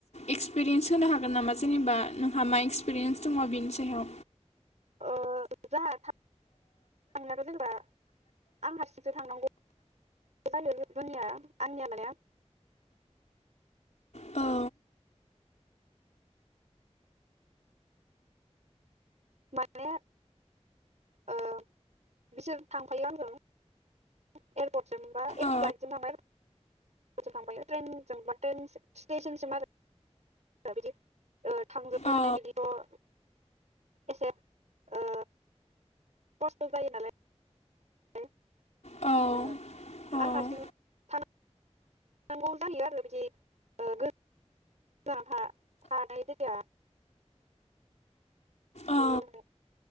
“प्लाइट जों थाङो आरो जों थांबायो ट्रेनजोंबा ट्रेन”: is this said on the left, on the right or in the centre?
Right